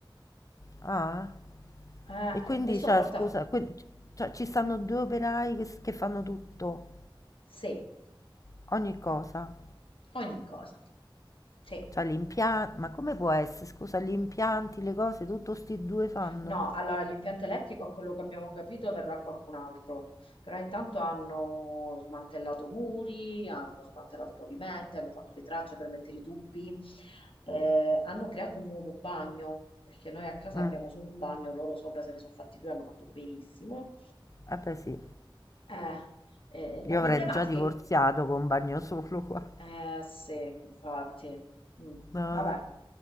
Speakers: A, on the left; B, on the left.
A: Ah,
B: Eh,
A: e quindi,
B: eh, questo
A: cioè,
B: porta
A: scusa,
B: a
A: que- cioè, ci stanno due operai che, s- che fanno tutto,
B: sé
A: ogni cosa.
B: ogni cosa. Sì.
A: Cioè, gli impianti... Ma come può essere? Scusa, gli impianti, le cose, tutto sti due fanno.
B: No, allora l'impianto elettrico, a quello che abbiamo capito, verrà qualcun altro, però intanto hanno smantellato muri, hanno smantellato pavimenti, hanno fatto le tracce per mettere i tubi, eh, hanno creato un nuovo bagno, perché noi a casa
A: Mm,
B: abbiamo solo un bagno, loro sopra se ne sono fatti due, hanno fatto benissimo.
A: eh beh sì.
B: Eh, eh,
A: Io
B: la problematica
A: avrei già divorziato
B: è
A: con un bagno solo qua.
B: Eh sì, infatti. Mm,
A: No,
B: Vabbè.
A: no.